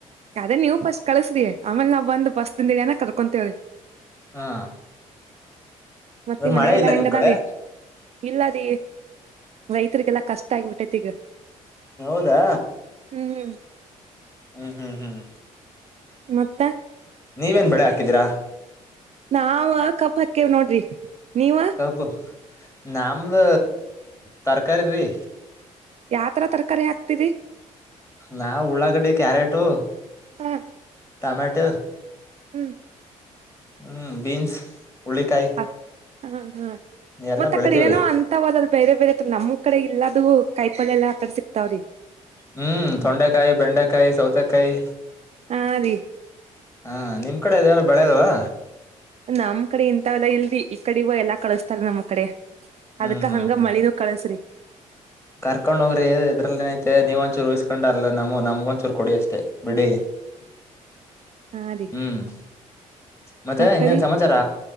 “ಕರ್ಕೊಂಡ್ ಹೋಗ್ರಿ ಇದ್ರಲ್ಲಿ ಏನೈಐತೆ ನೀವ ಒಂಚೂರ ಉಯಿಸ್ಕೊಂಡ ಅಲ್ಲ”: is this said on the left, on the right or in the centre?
Left